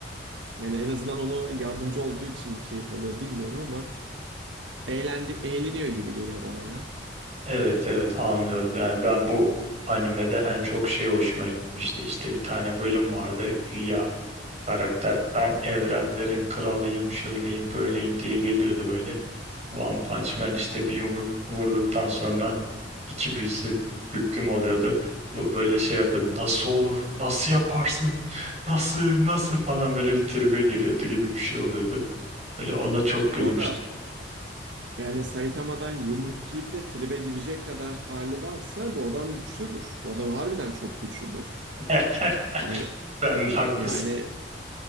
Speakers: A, on the right; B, on the right.
A: Yani en azından onu yardımcı olduğu için keyif alıyor bilmiyorum ama eğlendi, eğleniyor gibi geliyor bana ya.
B: Evet evet anlıyorum. Yani ben bu animede en çok şey hoşuma gitmişti. İşte bir tane bölüm vardı. Güya karakter ben evrenlerin kralıyım, şöyleyim, böyleyim diye geliyordu böyle. One Punch Man işte bir yumruk vurduktan sonra iki büyüsü büklüm oluyordu. Bu böyle şey yapıyordu. Nasıl olur? Nasıl yaparsın? Nasıl? Nasıl falan böyle bir tribe giriyordu gibi bir şey oluyordu. Böyle ona çok gülmüştüm.
A: Orada yani Saitama'dan yumruk yiyip de tribe girecek kadar hali varsa bu adam güçlüdür. Bu adam harbiden çok güçlüdür.
B: <laughs>
A: Yani
B: Sen haklısın.
A: yani